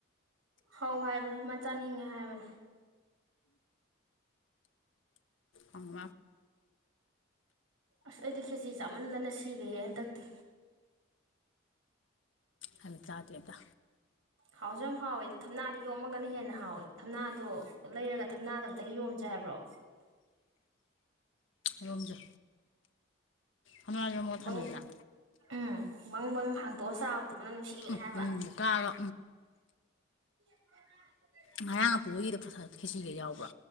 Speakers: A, on the right; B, on the left.
A: ꯍꯧ ꯍꯥꯏꯕꯅꯦ ꯃꯥ ꯆꯥꯅꯤꯡꯉꯦ ꯍꯥꯏꯕꯅꯦ
B: ꯍꯝ
A: ꯑꯁ ꯑꯩꯗꯤ ꯈꯦꯆꯤ ꯆꯥꯃꯟꯗꯅ ꯁꯤꯔꯦꯍꯦ ꯍꯟꯗꯛꯇꯤ
B: ꯍꯥꯏꯅ ꯆꯥꯗ꯭ꯦ ꯑꯝꯇ
A: ꯍꯥꯎꯁꯨ ꯌꯥꯝ ꯍꯥꯎꯌꯦ ꯑꯗꯨꯝ ꯊꯝꯅꯥꯗ ꯌꯣꯝꯃꯒꯅ ꯍꯦꯟꯅ ꯍꯥꯎꯋꯦ ꯊꯝꯅꯥꯗꯣ ꯂꯩꯔꯒ ꯊꯝꯅꯥꯗ ꯑꯝꯇꯪ ꯌꯣꯝꯁꯩ ꯍꯥꯏꯕ꯭ꯔꯣ
B: ꯌꯣꯝꯖꯦ ꯍꯪꯉꯥ ꯌꯣꯝꯃꯒ
A: ꯪ ꯕꯪ
B: ꯊꯝꯃꯦꯗꯅ
A: ꯎꯝ ꯕꯪ ꯕꯤ ꯍꯥꯡꯇꯣꯛꯑ ꯆꯥꯕꯗꯣ ꯃꯅꯝ ꯅꯨꯡꯁꯤꯕꯅꯦ
B: ꯎꯝ
A: ꯍꯥꯏꯕ
B: ꯃꯅꯤꯜꯒ ꯀꯔꯥꯒ
A: ꯎ
B: ꯉꯔꯥꯡ ꯑꯄꯣꯒꯤꯗ ꯄ꯭ꯔꯁꯥ ꯈꯦꯖꯤꯒ ꯌꯥꯎꯕ꯭ꯔꯥ